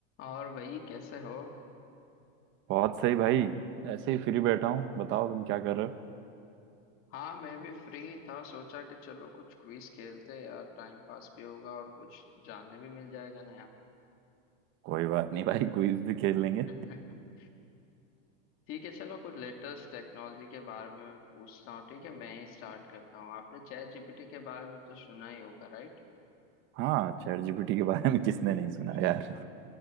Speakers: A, on the left; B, on the right.
A: और भाई कैसे हो
B: बहुत सही भाई ऐसे ही फ्री बैठा हूँ बताओ तुम क्या कर रहे हो
A: हाँ मैं भी फ्री था सोचा कि चलो कुछ क्विज खेलते हैं यार टाइम पास भी होगा और कुछ जानने भी मिल जाएगा नया
B: कोई बात नहीं भाई क्विज भी खेल लेंगे
A: <laughs> ठीक है चलो कुछ लेटेस्ट टेक्नोलॉजी के बारे में मैं पूछता हूँ ठीक है मैं ही स्टार्ट करता हूँ आपने चैट जीपीटी के बारे में तो सुना ही होगा राइट
B: <laughs> हाँ चैट जीपीटी के बारे में किसने नहीं सुना
A: <laughs>
B: यार